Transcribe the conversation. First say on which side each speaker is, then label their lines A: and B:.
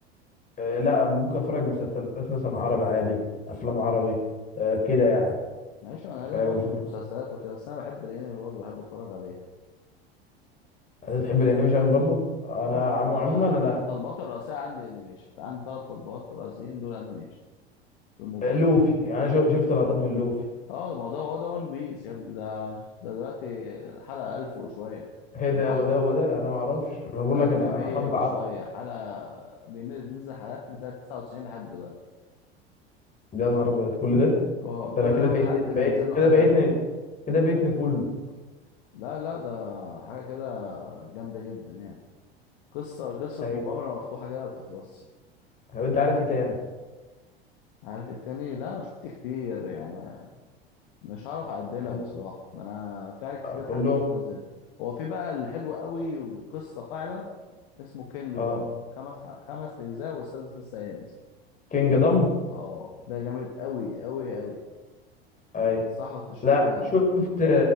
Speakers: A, on the left; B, on the left.
A: آه، لا ممكن اتفرج مسلسلات مثلا عربي عادي افلام عربي آه، كده يعني
B: ماشي ما انا
A: فاهم
B: ليا برضه
A: الفكره
B: في المسلسلات وكده بس انا بحب الانمي برضه بحب اتفرج عليه
A: انت تحب الانيميشن برضو انا
B: اه يا عم
A: عم-
B: ده
A: عموما انا
B: التطبيقات الرئيسية عندي انيميشن عندي ثلاث تطبيقات رئيسيين دول انيميشن في الموبايل
A: لوفي يعني انا شو- شفت لقطات من لوفي
B: اه ما هو ده هو ده ون بيس يا ابني ده ده دلوقتي الحلقة 1000 وشوية
A: ايه
B: ده
A: ده
B: معدي
A: وده وده انا ما اعرفش انا بقول
B: 1100
A: لك انا انا حافظ
B: وشوية
A: عربي
B: حلقة بينزل حلقات من سنة 99 لحد دلوقتي
A: يا نهار ابيض كل ده
B: هو
A: انت
B: كل
A: انا كده
B: يوم
A: فايتني
B: حد
A: فايت
B: بينزل له
A: كده
B: حلقة
A: فايتني
B: جديدة
A: كده فايتني كله
B: لا لا ده حاجة كده جامدة جدا يعني قصة قصة
A: اي
B: مغامرة مفتوحة كده ما بتخلصش
A: طب انت عارف ايه تاني
B: عارف التاني لا انا شفت كتير يعني مش هعرف اعدلك
A: يعني
B: بصراحه ده انا في حاجات كتير
A: آه، كلهم
B: حتى شفتها زي دي. هو في بقى اللي حلو قوي وقصه فعلا اسمه كينج
A: اه
B: دوم خمس ح... خمس اجزاء والسادس لسه هينزل
A: كينج دم
B: اه ده جامد قوي قوي قوي
A: اي
B: انصحك تشوفه
A: لا
B: يعني
A: شفت